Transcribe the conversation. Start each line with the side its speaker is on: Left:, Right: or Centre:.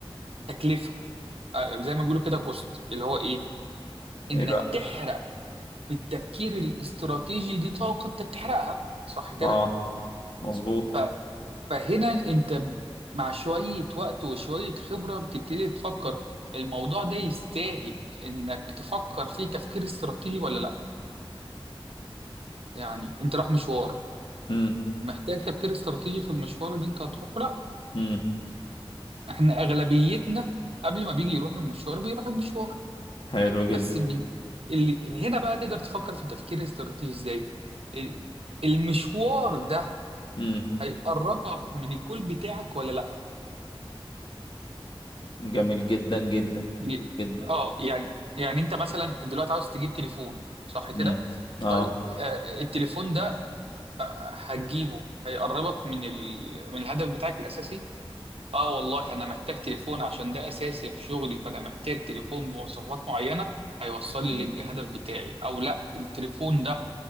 Right: تكلفه آه، زي ما بيقولوا كده كوست اللي هو ايه انك
Left: ايه بقى
Right: تحرق بالتفكير الاستراتيجي دي طاقه انت بتحرقها صح كده
Left: اه مظبوط
Right: ف- فهنا انت مع شويه وقت وشويه خبره بتبتدي تفكر الموضوع ده يستاهل انك تفكر فيه تفكير استراتيجي ولا لا يعني انت رايح مشوار
Left: امم
Right: محتاج تفكير استراتيجي في المشوار اللي انت هتروحه لا
Left: امم
Right: احنا اغلبيتنا قبل ما بيجي يروح المشوار بيروح المشوار
Left: حلو جدا
Right: بس من اللي هنا بقى تقدر تفكر في التفكير الاستراتيجي ازاي ال- المشوار ده
Left: امم
Right: هيقربك من الجول بتاعك ولا لا
Left: جميل جدا جدا
Right: ي-
Left: جدا
Right: اه يعني يعني انت مثلا دلوقتي عاوز تجيب تليفون صح كده
Left: امم اه
Right: طيب آه، التليفون ده آه، هتجيبه هيقربك من ال... من الهدف بتاعك الاساسي اه والله انا محتاج تليفون عشان ده اساسي في شغلي فانا محتاج تليفون بمواصفات معينة هيوصل لي
Left: مم.
Right: للهدف بتاعي او لا التليفون ده